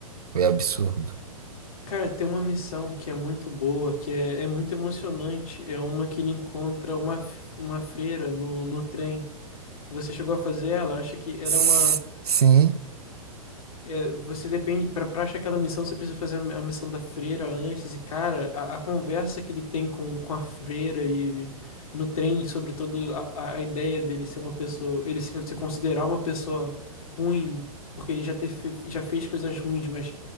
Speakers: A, on the right; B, on the left.
A: foi absurdo.
B: Cara, tem uma missão que é muito boa, que é, é muito emocionante. É uma que ele encontra uma, f- uma freira no, no trem. Você chegou a fazer ela? Eu acho que era
A: S-
B: uma.
A: Sim,
B: é, você depende. Pra, pra achar aquela missão, você precisa fazer a, a missão da freira antes. E, cara, a, a conversa que ele tem com, com a freira e no trem sobre toda a, a- a ideia dele ser uma pessoa. Ele se, se considerar uma pessoa ruim, porque ele já, ter, fe- já fez coisas ruins, mas